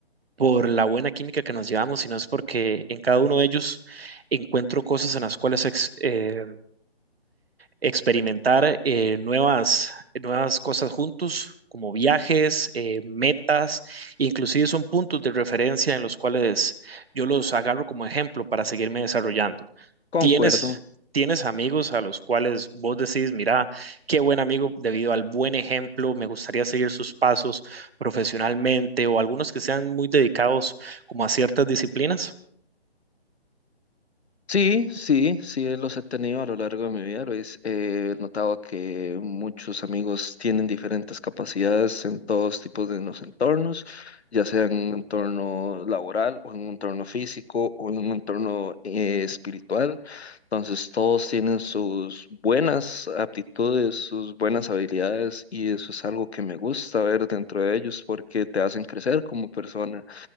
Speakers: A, on the right (about 65°); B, on the left (about 80°).
A: por la buena química que nos llevamos, sino es porque en cada uno de ellos encuentro cosas en las cuales ex- eh, experimentar eh, nuevas, nuevas cosas juntos, como viajes, eh, metas, inclusive son puntos de referencia en los cuales yo los agarro como ejemplo para seguirme desarrollando.
B: Concuerdo.
A: ¿Tienes, tienes amigos a los cuales vos decís, mira, qué buen amigo debido al buen ejemplo, me gustaría seguir sus pasos profesionalmente o algunos que sean muy dedicados como a ciertas disciplinas?
B: Sí, sí, sí, eh, los he tenido a lo largo de mi vida, Luis. Eh, he notado que muchos amigos tienen diferentes capacidades en todos tipos de los entornos, ya sea en un entorno laboral o en un entorno físico o en un entorno eh, espiritual. Entonces, todos tienen sus buenas aptitudes, sus buenas habilidades y eso es algo que me gusta ver dentro de ellos porque te hacen crecer como persona.